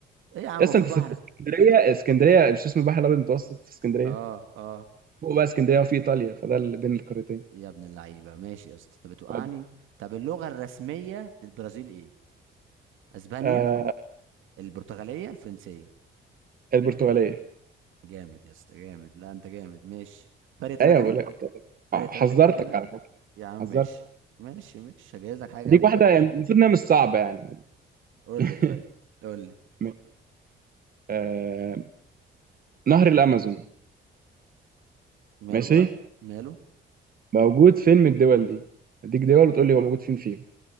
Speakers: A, on the right (about 80°); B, on the right (about 45°).
A: ايه يا عم
B: يس
A: هو في
B: انت
A: بحر
B: في اسكندريه اسكندريه مش اسمه البحر الابيض المتوسط في اسكندريه
A: اه اه
B: فوق بقى اسكندريه وفي ايطاليا فده اللي بين القارتين
A: يا ابن اللعيبه ماشي يا اسطى انت بتوقعني
B: طيب
A: طب اللغه الرسميه للبرازيل ايه اسبانيا
B: آه
A: البرتغاليه الفرنسيه
B: البرتغاليه
A: جامد يا اسطى جامد لا انت جامد ماشي فرق ثلاثة
B: ايوه
A: ليك
B: بقول لك
A: فرق
B: آه،
A: ثلاثة
B: حذرتك
A: ليك كده
B: على فكره
A: يا عم
B: حذرتك
A: ماشي ماشي ماشي هجهز لك حاجه
B: ديك
A: جامده
B: واحده
A: دلوقتي
B: يعني المفروض انها مش صعبه يعني
A: قول
B: <laughs>
A: لي طيب قول لي
B: ماشي. آه نهر الامازون
A: ماله
B: ماشي
A: بقى ماله
B: موجود فين من الدول دي اديك دول وتقول لي هو موجود فين فيهم